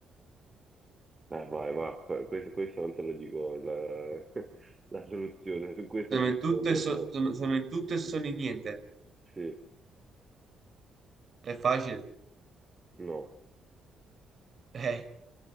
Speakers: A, on the right; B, on the right.
A: Eh, vai, ma que- questo, questo non te lo dico la, <laughs> la soluzione, su questa
B: Sono
A: c'è
B: in tutto
A: stato un bel
B: e, so-
A: po'.
B: sono, sono in tutto e sono in niente.
A: Sì,
B: È facile.
A: no,
B: Eh.